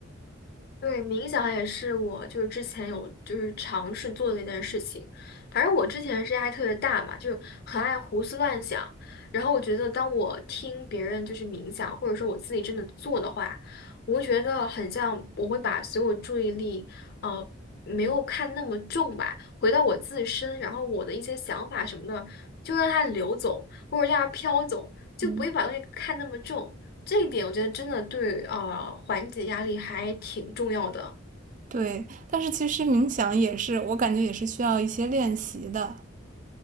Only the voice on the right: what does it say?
嗯
对，但是其实冥想也是，我感觉也是需要一些练习的。